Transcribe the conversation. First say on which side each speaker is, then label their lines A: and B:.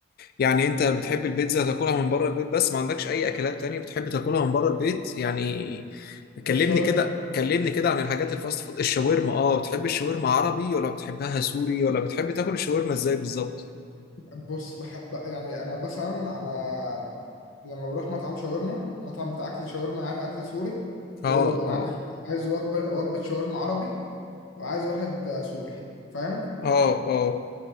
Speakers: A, on the left; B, on the left.
A: يعني انت بتحب البيتزا تاكلها من بره البيت بس ما عندكش اي اكلات تانية بتحب تاكلها من بره البيت يعني كلمني
B: الشاورما
A: كده كلمني كده عن الحاجات الفاست فود الشاورما اه بتحب الشاورما عربي ولا بتحبها سوري ولا بتحب تاكل الشاورما ازاي بالظبط
B: بص بحب يعني انا مثلا انا لما بروح مطعم شاورما مطعم بتاع اكل شاورما يعني اكل سوري
A: اه
B: بقول له انا
A: اه
B: عايز عايز وجبه وجبه شاورما عربي وعايز واحد آه، سوري فاهم
A: اه اه